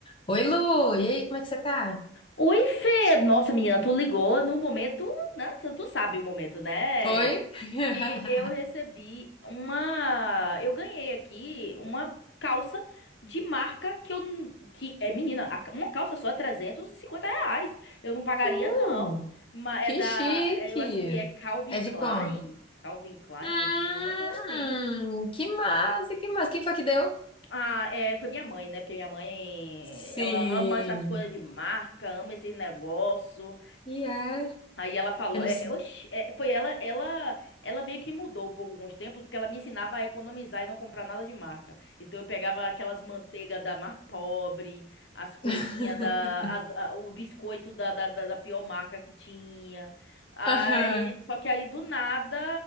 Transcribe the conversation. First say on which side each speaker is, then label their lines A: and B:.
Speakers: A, on the left; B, on the left.
A: Oi, Lu! E aí, como é que você tá?
B: Oi, Fê! Nossa, menina, tu ligou num momento, né? Tu tu sabe o momento, né?
A: Foi? <laughs>
B: Que eu recebi uma. Eu ganhei aqui uma calça de marca que eu. n- Que é, menina, a ca- uma calça só é 350 reais. Eu não pagaria,
A: Uh,
B: não. Mas
A: que
B: é da.
A: chique!
B: é, Eu acho que é Calvin
A: É
B: Klein.
A: de como?
B: Calvin Klein?
A: Hum,
B: É alguma coisa assim.
A: que massa, que massa. Quem foi que deu?
B: Ah, é, foi minha mãe, né? Porque minha mãe,
A: Sim.
B: ela ama essas coisas de marca, ama esses negócios.
A: E é?
B: Aí ela falou,
A: Eu não
B: é,
A: sei.
B: é, oxi, é, foi ela, ela, ela meio que mudou um pouco com os tempos, porque ela me ensinava a economizar e não comprar nada de marca. Então eu pegava aquelas manteiga da mais pobre, as coisinhas
A: <laughs>
B: da, as- a- o biscoito da, da, da, da pior marca que tinha. Aí,
A: Aham,
B: só que aí do nada,